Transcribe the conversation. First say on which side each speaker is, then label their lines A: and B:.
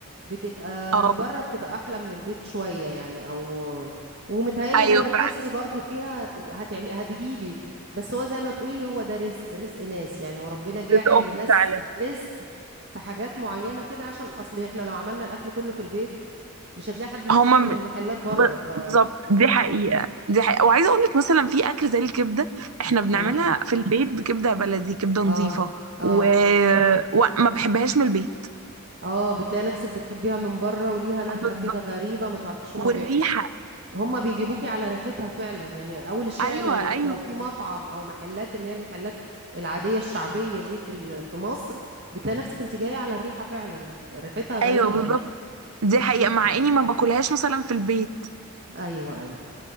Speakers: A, on the right; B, on the right.
A: بتبقى
B: اه
A: من بره بتبقى احلى من البيت شوية يعني او ومتهيألي
B: ايولا
A: لو ركزتي
B: فعلا
A: برضو فيها هتعمي هتجيبي بس هو زي ما تقولي هو ده رزق رزق ناس يعني وربنا جاعل
B: رزقهم
A: لناس
B: فعلا
A: رزق في حاجات معينة كده عشان اصل احنا لو عملنا الاكل كله في البيت مش هتلاقي حد يشتري
B: هما
A: من
B: م-
A: المحلات بره
B: ب-
A: ف
B: بالظبط دي حقيقة دي حقيقة وعايزة اقول لك مثلا في اكل زي الكبدة احنا بنعملها
A: اه
B: في البيت بكبدة بلدي كبدة نظيفة
A: اه
B: و...
A: اه
B: وما بحبهاش من البيت
A: اه بتلاقي نفسك بتحبيها من بره وليها نكهة
B: بالظبط
A: كده غريبة ما تعرفيش هما
B: والريحة
A: بي... هما بيجيبوكي على ريحتها فعلا يعني اول الشارع
B: ايوه
A: لو
B: ايوه
A: لو في مطعم او محلات اللي هي المحلات العادية الشعبية دي في ال... في مصر بتلاقي نفسك انت جاية على الريحة فعلا ريحتها غريبة
B: ايوه بالظبط دي
A: بتشدك
B: حقيقة مع اني ما باكلهاش مثلا في البيت
A: ايوه ايوه